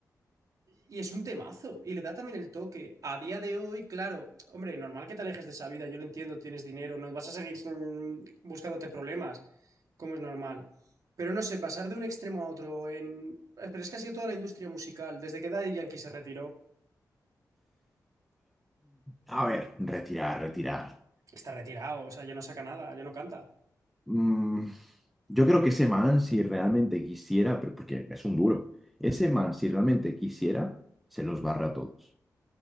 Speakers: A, on the right; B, in the centre.
A: Y es un temazo, y le da también el toque. A día de hoy, claro, hombre, normal que te alejes de esa vida, yo lo entiendo, tienes dinero, no vas a seguir mm, buscándote problemas, como es normal. Pero no sé, pasar de un extremo a otro en... Pero es que ha sido toda la industria musical, desde que Daddy Yankee se retiró,
B: A ver, retirar, retirar.
A: está retirado, o sea, ya no saca nada, ya no canta.
B: Mm, yo creo que ese man, si realmente quisiera, pero porque es un duro, ese man, si realmente quisiera, se los barra a todos.